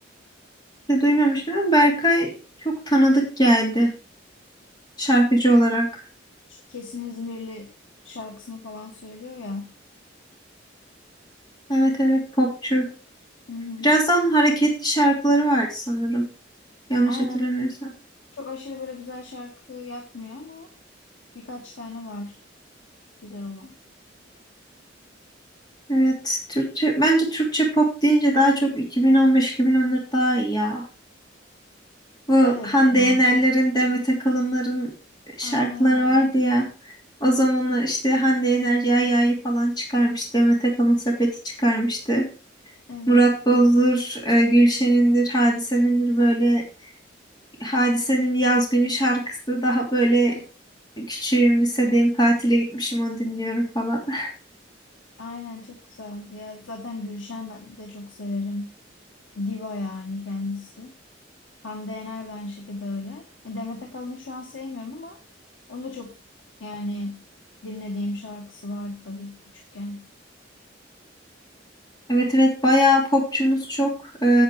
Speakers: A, on the left (about 20°); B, on the left (about 85°).
A: de duymamıştım ama Berkay çok tanıdık geldi şarkıcı olarak.
B: İşte Kesin İzmirli şarkısını falan söylüyor ya.
A: Evet evet popçu.
B: Hı hı.
A: Birazdan hareketli şarkıları vardı sanırım. Yanlış
B: Aynen.
A: hatırlamıyorsam.
B: Çok aşırı böyle güzel şarkı yapmıyor ama birkaç tane var güzel olan.
A: Evet Türkçe bence Türkçe pop deyince daha çok 2015-2014 daha iyi ya. Bu
B: Evet
A: Hande
B: ya.
A: Yener'lerin, Demet Akalın'ların şarkıları
B: Aynen.
A: vardı ya. O zamanlar işte Hande Yener Yahya'yı falan çıkarmış. Demet Akalın sepeti çıkarmıştı.
B: Evet.
A: Murat Boz'dur, e, Gülşen'indir, Hadise'nindir böyle Hadise'nin Yaz Günü şarkısı daha böyle
B: Evet.
A: küçüğüm lisedeyim tatile gitmişim onu dinliyorum falan. <laughs>
B: Aynen çok güzeldi ya. Zaten Gülşen ben de çok severim. Diva yani kendisi. Hande Yener de aynı şekilde öyle. E, Demet Akalın'ı şu an sevmiyorum ama onu da çok yani dinlediğim şarkısı vardı tabii ki küçükken.
A: Evet evet bayağı popçumuz çok. Ee,